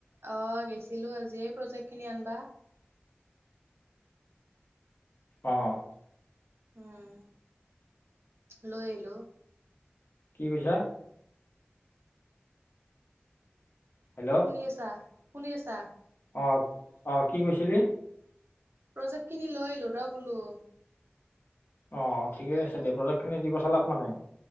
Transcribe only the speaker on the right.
অহ, গেছিলোঁ আজি প্ৰজেক্টখিনি আনবা।
উম, লৈ আহিলোঁ।
শুনি আছা শুনি আছা
প্ৰজেক্ট খিনি লৈ <unintelligible> বোলো